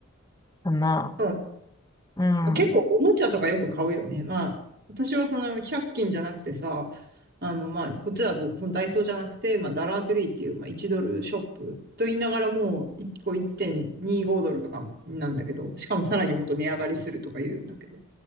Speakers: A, on the left; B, on the right.
A: かな。
B: そ
A: うん。
B: う結構おもちゃとかよく買うよね。まあ、私はその100均じゃなくてさ、あの、まあ、こっちだとそのダイソーじゃなくて、まあ、ダラートゥリーっていう、まあ、1ドルショップと言いながらもう1個1.25ドルとかなんだけど、しかもさらにもっと値上がりするとか言うんだけど、